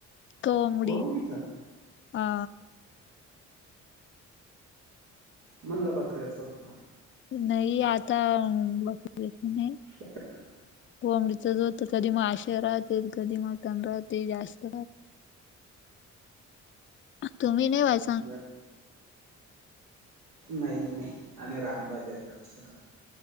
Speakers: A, on the left; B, on the right.
A: कोंबडी
B: कोंबडीचं.
A: हा
B: मणला बकऱ्याच होत.
A: नाही आता बघ नाही.
B: हो
A: कोंबडीचच होत कधी मासेे राहतील कधी मटण राहतील जास्त तुम्ही नाही वाच
B: <unintelligible> नाही नाही. आम्ही रानभाज्या जास्त खातो.